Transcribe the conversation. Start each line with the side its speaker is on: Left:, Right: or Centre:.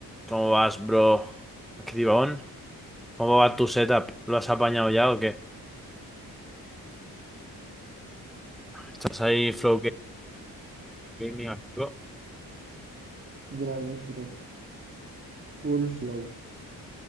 Centre: ¿Cómo vas, bro? Activón. ¿Cómo va tu setup? ¿Lo has apañado ya o qué? ¿Estás ahí Flow Ga- Gaming activo?
Right: Ya ves, bro. Full flow.